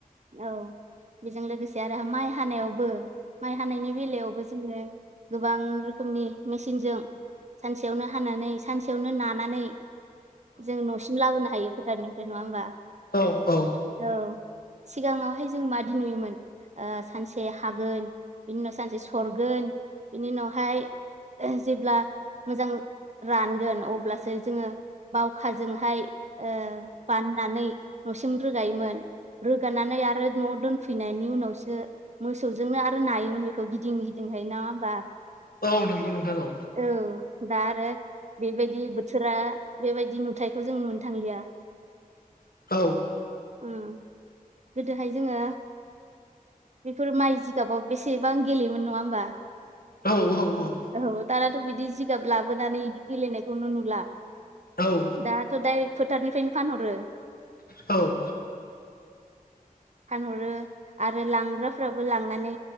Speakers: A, on the right; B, on the left.
A: औ बेजों लोगोसे आरो माइ हानायावबो माइ हानायनि बेलायावबो जोङो गोबां रोखोमनि मेसिनजों सानसेयावनो हानानै सानसेयावनो नानानै जों न'सिम लाबोनो हायो फोथारनिफ्राय नङा होमबा
B: औ औ
A: औ सिगाङावहाय जों माबादि नुयोमोन ओ सानसे हागोन बिनि उनाव सानसे सरगोन बिनि उनावहाय जेब्ला मोजां रानगोन अब्लासो जोङो बावखाजोंहाय ओ बाननानै न'सिम रोगायोमोन रोगानानै आरो न'आव दोनफैनायनि उनावसो मोसौजोंनो आरो नायोमोन बेखौ गिदिं गिदिंहाय नङा होमबा
B: औ नंगौ नोंथां औ
A: औ दा आरो बेबायदि बोथोरा बेबायदि नुथायखौ जों नुनो थांलिया
B: औ
A: उम गोदोहाय जोङो बेफोर माइ जि गाबाव बेसेबां गेलेयोमोन नङा होनोमबा
B: औ औ औ
A: औ दानाथ' बिदि जिगाब लाबोनानै बिदि गेलेनायखौनो नुला
B: औ
A: दाथ' दाइरेक्ट फोथारनिफ्रायनो फानहरो
B: औ
A: फानहरो आरो लांग्राफोराबो लांनानै